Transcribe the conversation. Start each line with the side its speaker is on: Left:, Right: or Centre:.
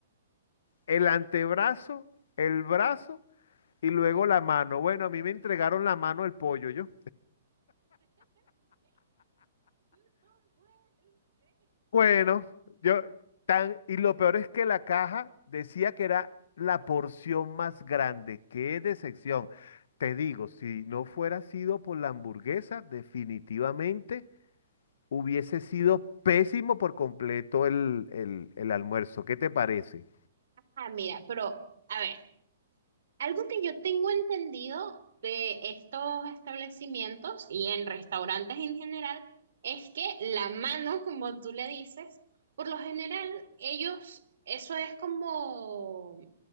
Left: el antebrazo, el brazo y luego la mano. Bueno, a mí me entregaron la mano el pollo, yo. Bueno, yo tan, y lo peor es que la caja decía que era la porción más grande. Qué decepción. Te digo, si no fuera sido por la hamburguesa, definitivamente hubiese sido pésimo por completo el, el, el almuerzo. ¿Qué te parece?
Right: Ah, mira, pero a ver, Algo que yo tengo entendido de estos establecimientos y en restaurantes en general es que la mano, como tú le dices, por lo general ellos, eso es como